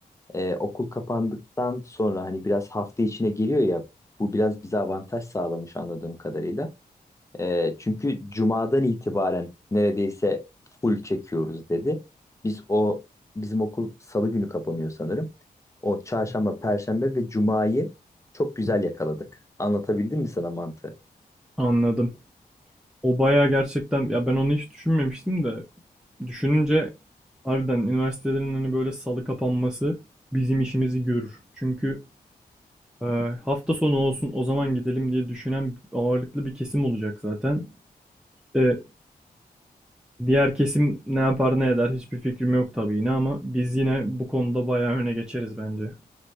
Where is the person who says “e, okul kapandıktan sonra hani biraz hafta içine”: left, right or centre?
Left